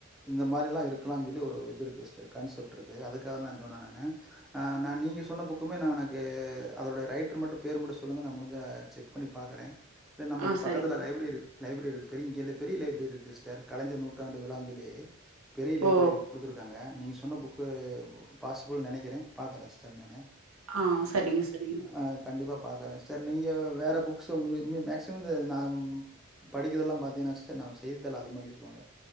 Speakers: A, in the centre; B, on the right (about 90°).
A: இந்த மாரில்லா இருக்கலான்னு சொல்லி ஒரு இது இருக்கு ஸ்டர் கான்செப்ட் இருக்கு அதுக்காக தா சொன்னே நானு நா நீங்க சொன்ன புக்கமே நா எனக்கு அதோடைய ரைட்டர் மட்டு பேர் மட்டு சொல்லுங்க நா முடிஞ்சா செக் பண்ணி பாக்குறே இல்ல நமக்கு
B: ஆ சரிங்க
A: பக்கத்துல லைப்ரரி இரு லைப்ரரி இருக்கு பெங்க பெரிய லைப்ரரி இருக்கு சிஸ்டர் கலைஞர் நூற்றாண்டு விழாஞ் சொல்லி பெரிய லைப்ரரி
B: ஓ
A: குடுத்துருக்காங்க நீங்க சொன்ன புக்கு பாசிபிள்னு நெனைக்கிறே பாக்குறே சிஸ்டர் நானு
B: ஆ சரிங்க சரி
A: ஆ கண்டிப்பா பாக்கறே ஸ்டர் நீங்க வேற புக்ஸ் உங்களுக்கு இ மேக்ஸிமம் நா படிக்கிறதெலாம் பாத்திங்கனா சிஸ்டர் நா செய்தித்தாள் அதிகமாக யூஸ் பண்ணுவே